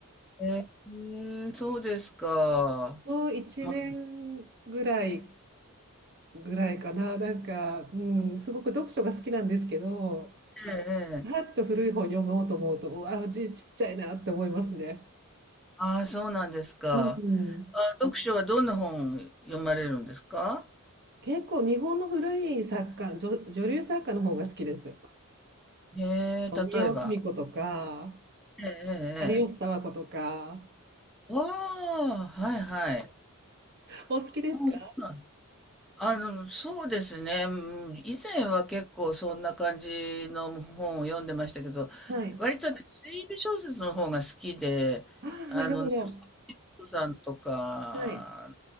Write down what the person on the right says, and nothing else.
もう1年ぐらい
ぐらいかな。なんか、うん、すごく読書が好きなんですけど、
はっと古い本読もうと思うと、
うわ、字ちっちゃいなって思いますね。
うん。
結構日本の古い作家、女、女流作家の方が好きです。
宮尾登美子とか、
有吉佐和子とか。
お好きですか
はい。
ああ、
なるほど。
はい。